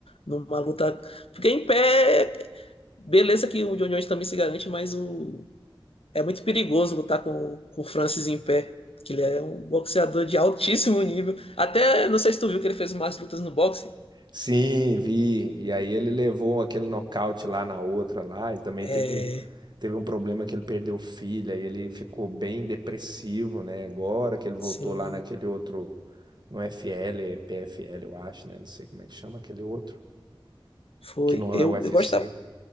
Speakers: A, on the left; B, on the right.
A: numa luta. Porque em pé, beleza que o John Jones também se garante, mas o É muito perigoso lutar com, com o Francis em pé, que ele é um boxeador de altíssimo nível. Até, não sei se tu viu que ele fez umas lutas no boxe.
B: Sim, vi. E aí ele levou aquele nocaute lá na outra lá. Ele também
A: É,
B: teve um, teve um problema que ele perdeu filha e ele ficou bem depressivo, né? Agora que ele voltou
A: sim,
B: lá naquele outro, no FL, é PFL, eu acho, né? Não sei como é que chama aquele outro,
A: foi.
B: que não
A: Eu,
B: é o UFC.
A: eu gostava,